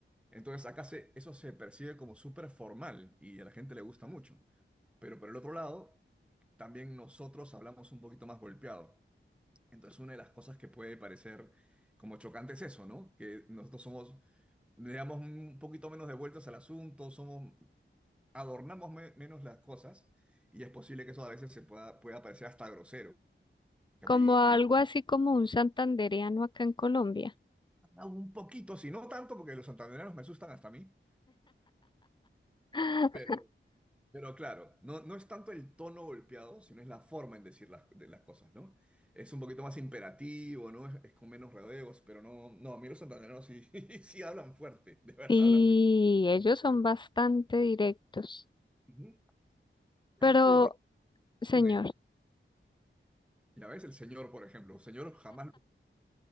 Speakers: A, in the centre; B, on the left.
A: Entonces acá se, eso se percibe como súper formal y a la gente le gusta mucho. Pero por el otro lado, también nosotros hablamos un poquito más golpeado. Entonces una de las cosas que puede parecer como chocante es eso, ¿no? Que nosotros somos, le damos un poquito menos de vueltas al asunto, somos, adornamos me- menos las cosas y es posible que eso a veces se pueda, pueda parecer hasta grosero. Que
B: como
A: a mí,
B: algo
A: en
B: así como un santandereano acá en Colombia.
A: Ah, Un poquito, si no tanto, porque los santandereanos me asustan hasta a mí,
B: <laughs>
A: pero, pero claro, no, no es tanto el tono golpeado, sino es la forma en decir las, de las cosas, ¿no? Es un poquito más imperativo, ¿no? Es, es con menos rodeos, pero no, no, a mí los santandereanos sí, <laughs> sí hablan fuerte, de verdad
B: Y
A: hablan muy
B: ellos son bastante directos.
A: Ujú. Entonces
B: Pero,
A: yo creo,
B: señor,
A: dime, dime. ya ves, el señor, por ejemplo, el señor jamás